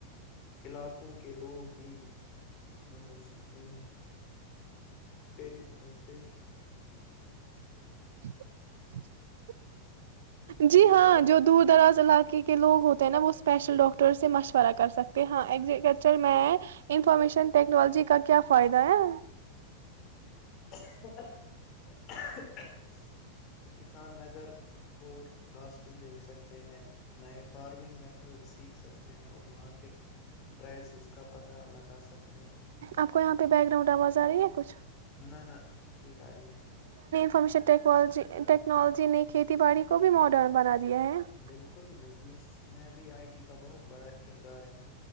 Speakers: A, on the left; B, on the right.
A: علاقوں کے لوگ بھیپیش
B: <inaudible> جی
A: ڈاک-
B: ہاں جو دور دراز علاقے کے لوگ ہوتے ہیں نا وہ اسپیشل ڈاکٹر ٹ سے مشورہ کر سکتے ہاں ایگری کلچر میں انفارمیشن ٹیکنالوجی کا کیا فائدہ ہے
A: <unintelligible> کسان ویدر فور کاسٹ دیکھ سکتے ہیں نئے فارمنگ میتھڈ سیکھ سکتے ہیں اور مارکیٹ پرائزز کا پتا لگا سکتے ہیں
B: آپ کو یہاں پہ بیک گراؤنڈ آواز آ رہی ہے کچھ
A: نہ نہ ٹھیک آ رہی ہے
B: ہمیشہ ٹیکنالوجی ٹیکنالوجی نے کھیتی باڑی کو بھی ماڈرن بنا دیا ہے
A: بالکل بزنس میں <unintelligible> ابھی آئی ٹی کا بہت بڑا کردار ہے